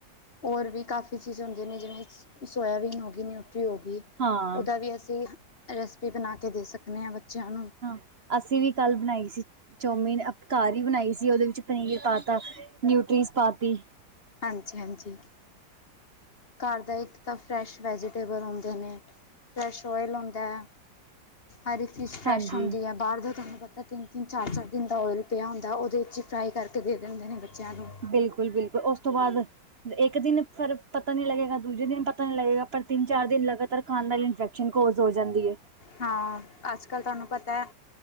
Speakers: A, on the left; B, on the right.
A: ਔਰ ਵੀ ਕਾਫੀ ਚੀਜ਼ ਹੁੰਦੀਆਂ ਨੇ, ਜਿਵੇਂ ਸੋਇਆਬੀਨ ਹੋ ਗਈ, ਨਿਊਟਰੀ ਹੋ ਗਈ
B: ਹਾਂ
A: ਉਹਦਾ ਵੀ ਅਸੀਂ, ਰੈਸਪੀ ਬਣਾ ਕੇ ਦੇ ਸਕਦੇ ਆਂ, ਬੱਚਿਆਂ ਨੂੰ
B: ਹਾਂ, ਅਸੀਂ ਵੀ ਕੱਲ ਬਣਾਈ ਸੀ ਚੌਮੀਨ, ਘਰ ਈ ਬਣਾਈ ਸੀ, ਉਹਦੇ ਵਿੱਚ ਪਨੀਰ ਪਾਤਾ, ਨਿਊਟਰੀਸ ਪਾਤੀ
A: ਹਾਂਜੀ- ਹਾਂਜੀ, ਘਰ ਦਾ ਇੱਕ ਤਾਂ ਫਰੈਸ਼ ਵੈਜੀਟੇਬਲ ਹੁੰਦੇ ਨੇ ਫਰੈਸ਼ ਓਇਲ ਹੁੰਦਾ, ਹਰ ਇੱਕ ਚੀਜ਼ ਫਰੈਸ਼
B: ਹਾਂਜੀ
A: ਹੁੰਦੀ ਐ ਬਾਹਰ ਦਾ ਤੁਹਾਨੂੰ ਪਤਾ ਤਿੰਨ- ਤਿੰਨ, ਚਾਰ- ਚਾਰ ਦਿਨ ਦਾ ਆਇਲ ਪਿਆ ਹੁੰਦਾ, ਉਹਦੇ ਵਿੱਚ ਹੀ ਫਰਾਈ ਕਰਕੇ ਦੇ ਦਿੰਦੇ ਨੇ ਬੱਚਿਆਂ ਨੂੰ
B: ਬਿਲਕੁਲ- ਬਿਲਕੁਲ ਉਸ ਤੋਂ ਬਾਦ ਇੱਕ ਦਿਨ ਪਰ ਪਤਾ ਨਹੀਂ ਲੱਗੇਗਾ, ਦੂਜੇ ਦਿਨ ਪਤਾ ਨਹੀ ਲੱਗੇਗਾ, ਪਰ ਤਿੰਨ- ਚਾਰ ਦਿਨ ਲਗਾਤਾਰ ਖਾਣ ਵਾਲੀ ਇਨਫੈਕਸ਼ਨ ਕੋਜ ਹੋ ਜਾਂਦੀ ਏ
A: ਹਾਂ, ਅੱਜ- ਕੱਲ ਤੁਹਾਨੂੰ ਪਤਾ